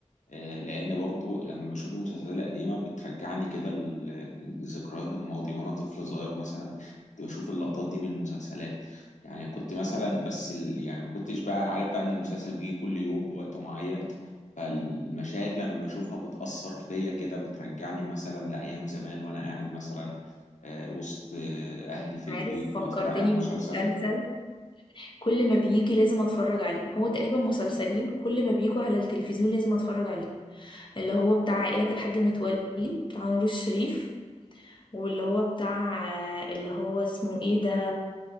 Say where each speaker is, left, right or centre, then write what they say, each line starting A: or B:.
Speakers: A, on the left (about 85°); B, on the left (about 40°).
A: آه، لان برضو لما بشوف المسلسلات القديمه بترجعني كده ل- لذكريات الماضي وانا طفل صغير مثلا كنت بشوف اللقطات دي من المسلسلات يعني كنت مثلا بس ال... يعني ما كنتش بقى عارف بقى ان المسلسل بيجي كل يوم بوقت معين فالمشاهد لما بشوفها بتأثر فيا كده بترجعني مثلا لأيام زمان وانا قاعد مثلا آه، وسط آه، اهلي في
B: عارف
A: البيت
B: فكرتني
A: بتفرج على المسلسل
B: بمسلسل كل ما بيجي لازم اتفرج عليه هو تقريبا مسلسلين كل ما بيجوا على التلفزيون لازم اتفرج عليه اللي هو بتاع عائلة الحاج متولي بتاع نور الشريف واللي هو بتاع اللي هو اسمه ايه ده